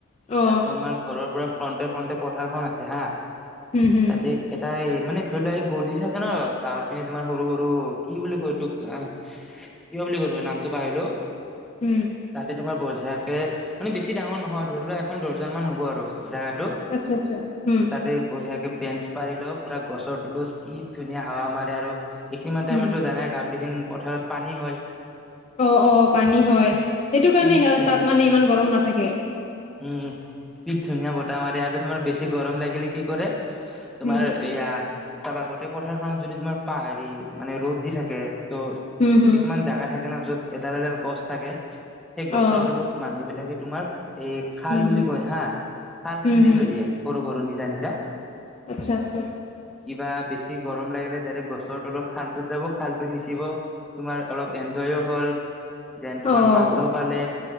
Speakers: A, on the left (about 30°); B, in the centre.
A: অ
B: তাৰ আমাৰ ঘৰৰ পৰা ফ্ৰন্টে ফ্ৰণ্টে পথাৰখন আছে হা
A: হম হম
B: তাতে এটা এই মানে ধৰি লোৱা এই গলি চাগে ন গাঁৱৰ পিনে তোমাৰ সৰু সৰু কি বুলি কয় তোক আহ কিয় বুলি কলো নামটো পাহৰিলো
A: উম,
B: তাতে তোমাৰ বজোকে মানে বেছি ডাঙৰ নহয় ধৰি লোৱা এখন দৰ্জামান হ'ব আৰু জাগাটো
A: আচ্ছা আচ্ছা, হুম।
B: তাতে বঢ়িয়াকে বেঞ্চ পাৰি লও, পুৰা গছৰ তলত কি ধুনীয়া হাৱা মাৰে আৰু এইখিনিমান মান
A: উম,
B: টাইমততো জনাই গাওঁদিহীন পথাৰত পানী হয়।
A: অ', অ', পানী হয়, সেইটো
B: কি
A: কাৰণে সিহ
B: ধুনীয়া
A: তাত মানে ইমান গৰম নাথাকে।
B: উম, কি ধুনীয়া বতাহ মাৰে আৰু তোমাৰ বেছি গৰম লাগিলে কি কৰে তোমাৰ
A: উম,
B: এয়া তাবাগতে পথাৰখনত যদি তোমাৰ পা হেৰি মানে ৰ'দ দি থাকে ত'
A: হুম, হুম,
B: কিছুমান জেগা থাকে ন' য'ত এডাল এডাল গছ থাকে সেই
A: অ',
B: গছৰ তলত মানুহবিলাকে তোমাৰ এই খাল
A: হুম,
B: বুলি
A: হুম,
B: কয় হা, খাল
A: হুম,
B: খান্দি
A: হুম,
B: থৈ দিয়ে। সৰু সৰু, নিজা নিজা।
A: আচ্ছা আচ্ছা।
B: কিবা বেছি গৰম লাগিলে ডাইৰেক্ট গছৰ তলত খালটোত যাব, খালটো সিঁচিব, তোমাৰ অলপ এনজয়ও হ'ল। দেন তোমাৰ
A: অ'।
B: মাছো পালে